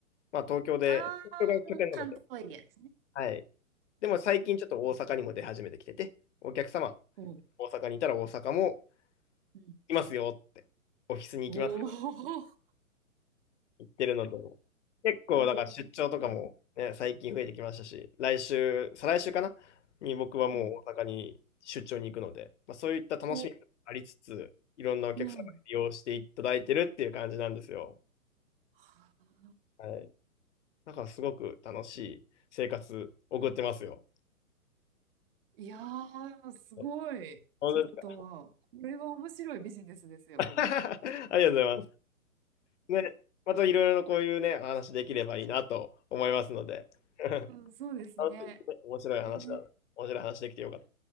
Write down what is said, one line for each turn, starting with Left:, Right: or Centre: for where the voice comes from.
Left: まあ東京で、
Right: ああー、
Left: 東京が拠点なので、
Right: 関東エリアですね。
Left: はい。でも最近ちょっと大阪にも出始めてきてて、
Right: うん
Left: お客様、
Right: うんおう、
Left: 大阪にいたら大阪も
Right: うん、
Left: いますよって、オフィスに行きます
Right: おー、<laughs>
Left: 行ってるのと、結構だから出張とかもね、
Right: すごい。
Left: 最近増えてきましたし、来週、再来週かなに僕はもう大阪に出張に行くので、
Right: うん
Left: まあ、そういった楽しみもありつつ、
Right: お、
Left: いろんなお客様に利用していただいてるっていう感じなんですよ。
Right: うん。あ
Left: はい。だからすごく楽しい生活送ってますよ。
Right: ーいやー、すごい。
Left: はい本当ですか
Right: ちょっと、これは面白いビジネスですよ。
Left: <laughs> ありがとうございます。ね、またいろいろこういうね、話できればいいなと思いますので、<laughs>
Right: うん、そうですね。
Left: 楽しい、面白い話だ。
Right: えー
Left: 面白い話できてよかった。